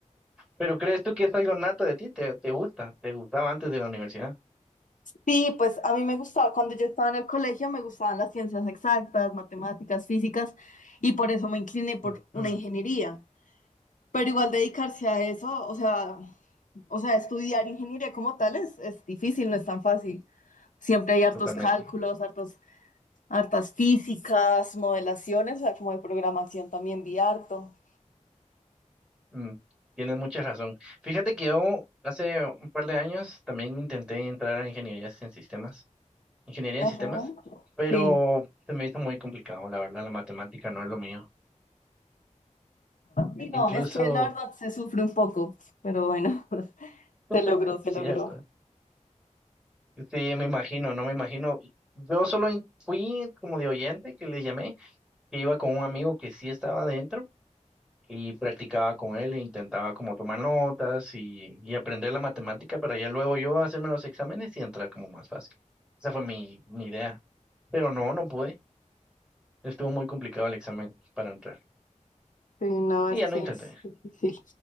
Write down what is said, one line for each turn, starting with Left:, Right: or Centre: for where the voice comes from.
Centre: Pero ¿crees tú que es algo nato de ti? ¿Te, te gusta? ¿Te gustaba antes de la universidad?
Left: Sí, pues a mí me gustaba, cuando yo estaba en el colegio me gustaban las ciencias exactas, matemáticas, físicas, y por eso me incliné por
Centre: Ujú,
Left: una ingeniería. Pero igual dedicarse a eso, o sea, o sea, estudiar ingeniería como tal es, es difícil, no es tan fácil. Siempre hay hartos
Centre: Totalmente.
Left: cálculos, hartos Hartas físicas, modelaciones, o sea, como de programación también vi harto.
Centre: Mm, tienes mucha razón. Fíjate que yo hace un par de años también intenté entrar a ingeniería en sistemas, ingeniería
Left: Ajá.
Centre: en sistemas, pero
Left: Sí.
Centre: se me hizo muy complicado, la verdad, la matemática no es lo mío.
Left: Sí, no,
Centre: Incluso,
Left: es que la verdad se sufre un poco, pero bueno, <laughs> se logró,
Centre: <laughs> es
Left: se
Centre: cierto.
Left: logró.
Centre: Sí, me imagino, no me imagino. Yo solo in- fui como de oyente que le llamé que iba con un amigo que sí estaba adentro y practicaba con él e intentaba como tomar notas y, y aprender la matemática para ya luego yo hacerme los exámenes y entrar como más fácil. Esa fue mi, mi idea. Pero no, no pude. Estuvo muy complicado el examen para entrar.
Left: Sí, no,
Centre: Y
Left: es
Centre: ya
Left: que
Centre: no intenté.
Left: es difícil.